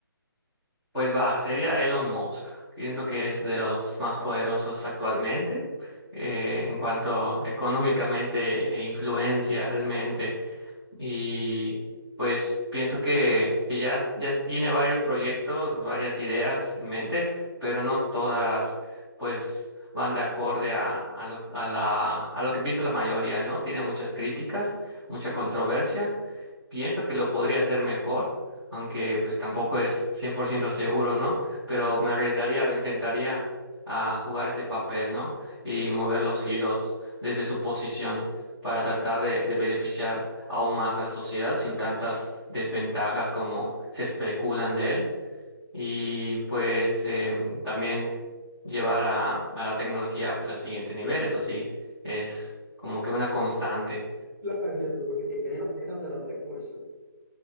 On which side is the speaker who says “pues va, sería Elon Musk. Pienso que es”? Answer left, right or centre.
Centre